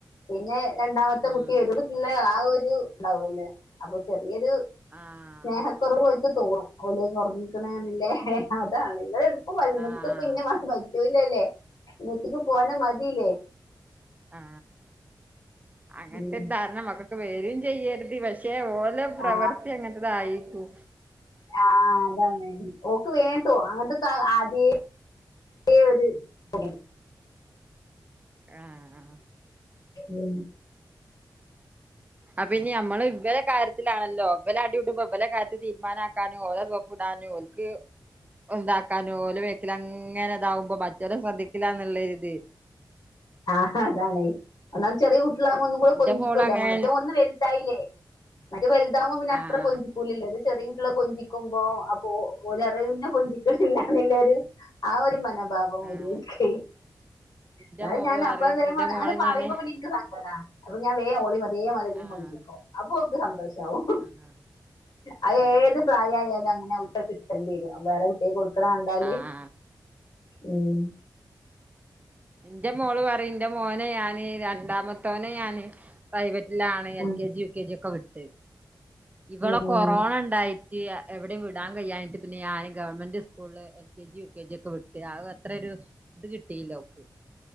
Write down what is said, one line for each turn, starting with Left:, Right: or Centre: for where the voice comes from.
Left: പിന്നെ രണ്ടാമത്തെ
Right: ഉം
Left: കു ട്ടില്ല ആ ഒരു ഉണ്ടാവല്ലേ അപ്പൊ ചെറിയൊരു
Right: ആഹ്
Left: സ്നേഹക്കുറവ് ഓല്ക് തോന്നും ഓല് ന്നൊരാങ്ങീക്ക്ന ല്ലേ അതാണ് നിങ്ങള എടുപ്പ പോയാലും ഇങ്ങൾക്ക്
Right: ആഹ്
Left: ഇന്നെ മാത്ര പറ്റുലല്ലേ ഉമ്മച്ചിക്ക് വനെ മതില്ലേ.
Right: ആ അങ്ങനത്തെരു
Left: ഉം.
Right: ധാരണം ഒക്കൊക്കെ വേരും ചെയ്യരുത്. പക്ഷെ ഓലും പ്രവൃത്തി
Left: ആ
Right: അങ്ങനത്തതായിക്കും.
Left: ആഹ അതാണ് ഓക്ക് വേട്ടോ അങ്ങനത്തെക്ക ആദ്യ ഏ <unintelligible>
Right: ആഹ് ആഹ്
Left: ഉം
Right: അപ്പ ഇനി നമ്മള് ഇവരെ കാര്യത്തിലാണല്ലോ വ് വല അടികുട്ടുമ്പോ വ് ല കാര്യൽ തീരുമാനമാക്കാനും ഓര സപ്പിടാനുംല്ല ഉണ്ടാക്കൻ ഒലെ അങ്ങനെ ഇതാവുമ്പോ മറ്റൊലെ ശ്രദ്ധിചില്ലാ ന്ന് ള്ളേര് ഇത്‌.
Left: ആ അതാണ് ഒന്നാംത്തെ ചെിറിയ കുട്ടിള്ളാവുംബോ ഒന്നും കൂടെ
Right: എന്റെ
Left: കൊഞ്ചിക്കെല്ലോ
Right: മോള് അങ്ങനെ
Left: മറ്റേത് ഒന്ന് വെല്ത്.. വെൽത്തായില്ലേ മറ്റേത് വെലുതാവും ബോ പിന്നെ
Right: ആഹ്
Left: അത്ര കൊഞ്ചിക്കൂലില്ലത്. ചെറിയ കുട്ടികളെ കൊഞ്ചിക്കുമ്പോ അപ്പൊ ഓല് റിം അഹ് ഇന്നെ കൊഞ്ചിക്കില്ലന്നുള്ളരു. ആ ഒരു മനോഭാവം വരും
Right: ആഹ്
Left: ഒര് ക്കെ.
Right: എന്റെ
Left: ഇന്നാലും
Right: മോള്
Left: ഞാൻ അപ്പ
Right: പറയും
Left: എന്തെങ്കിലും
Right: എന്റെ
Left: അങ്ങന
Right: മോളെ
Left: പറുയുമ്പോ
Right: ഞാന്
Left: പിന്നെ എനിക്ക് സങ്കട അപ്പ ഞാൻ ഒളിമ് അതേ മതി... ഒളിം
Right: ആഹ്
Left: കളിപ്പിക്കും അപ്പൊ ഒക്ക് സന്തോഷവും.
Right: ആഹ്
Left: അത്
Right: ആഹ്
Left: ഏത് പ്രായ ആയാലും അങ്ങനെ അവും ട്ടാ ത് വരും വേറെ കൂട്ടിൾക്ക് കൊടുക്ക്ണത് കണ്ടാല്
Right: ആഹ്
Left: ഉം.
Right: ഇന്റെ മോള് പറയും എന്റെ മോനെ ഞാന് രണ്ടാമത്തോനെ ഞാന്. പ്രൈവറ്റിലാണ്
Left: ഉം.
Right: എൽ K G U K G ഒക്കെ പഠിച്ചത്. ഇവളെ
Left: ഉം. ഉം.
Right: കൊറോണ ണ്ടായിട്ട് എവിടെയും വിടാൻ കഴിയാഞ്ഞിട്ട് പിന്നെ ഞാന് ഗവൺമെന്റ് സ്കൂളില്.. L K G U K G ഒക്കെ വിട്ട് ആഹ് അത്രരു ഇത് കിട്ടില്ലോൾക്ക്..